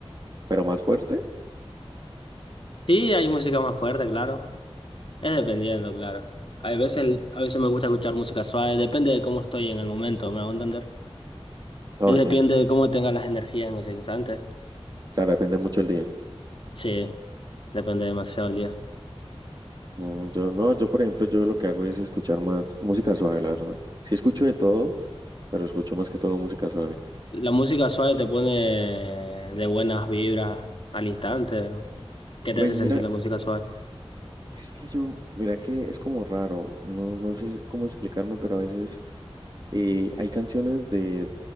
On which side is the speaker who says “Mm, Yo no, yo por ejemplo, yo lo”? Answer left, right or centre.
Right